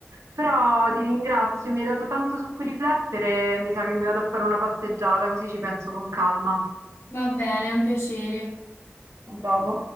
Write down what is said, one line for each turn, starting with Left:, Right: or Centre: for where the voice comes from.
Right: Però ti ringrazio, mi hai dato tanto su cui riflettere, mi sa che mi vado a fare una passeggiata, così ci penso con calma. A
Left: Va bene, è un piacere.
Right: dopo.